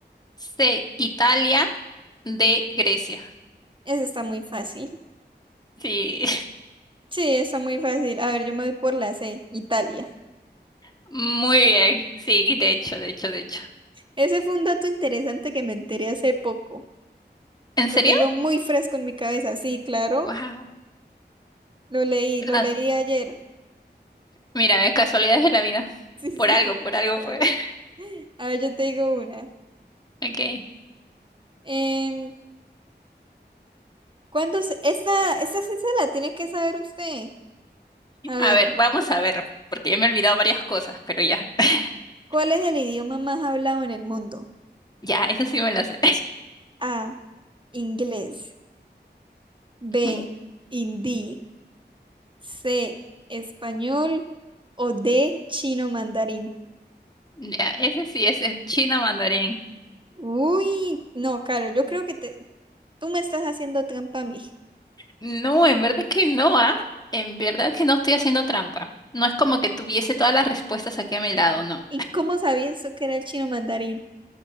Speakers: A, on the left; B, on the right.
A: C. Italia. D. Grecia.
B: Esa está muy fácil.
A: Sí,
B: Sí, está muy fácil. A ver, yo me voy por la C, Italia.
A: <laughs> muy bien. Sí, de hecho, de hecho, de hecho.
B: Ese fue un dato interesante que me enteré hace poco.
A: ¿En serio?
B: Lo tengo muy fresco en mi cabeza. Sí, claro.
A: Wow,
B: Lo leí,
A: ¿verdad?
B: lo leí ayer. <laughs>
A: Mira, eh, casualidades de la vida.
B: Sí, sí,
A: Por algo,
B: sí,
A: por
B: sí,
A: algo
B: claro.
A: fue. <laughs>
B: A ver, yo te digo una.
A: Ok.
B: Em, ¿cuándo se- Esta, esta sí se la tiene que saber usted. A ver,
A: A ver, vamos a ver, porque ya me he olvidado varias cosas, pero ya. <laughs>
B: ¿cuál es el idioma más hablado en el mundo?
A: Ya, esa sí me la sé.
B: A, inglés, B,
A: Ujú,
B: hindi, C, español o D, chino mandarín.
A: Ya, ese sí es el chino mandarín.
B: Uy, no, Caro, yo creo que te, tú me estás haciendo trampa a mí.
A: No, en verdad que no, ¿ah? En verdad que no estoy haciendo trampa. No es como que tuviese todas las respuestas aquí a mi lado, no.
B: ¿Y cómo sabías tú que era el chino mandarín?